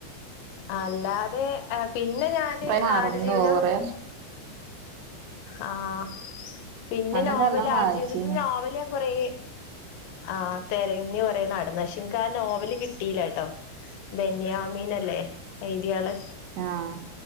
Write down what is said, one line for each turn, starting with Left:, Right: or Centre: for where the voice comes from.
Left: അല്ലാതെ എഹ് പിന്നെ ഞാന്
Right: ഇപ്പ മറന്നു
Left: ആടു ജീവിതം
Right: കൊറേ
Left: ആഹ് പിന്നെ
Right: അന്നൊക്കെ
Left: നോവൽ
Right: നല്ലോം
Left: ആട്
Right: വായിച്ചീനു
Left: ജീവിതത്തിൻ്റെ നോവല് ഞാൻ കൊറേ ആഹ് തെരഞ്ഞു കൊറെ നടന്ന് പക്ഷേ ഇൻക്ക് ആ നോവല് കിട്ടീല്ലട്ടോ. ബെന്യാമിനല്ലേ എഴുതിയാള്?
Right: ആഹ്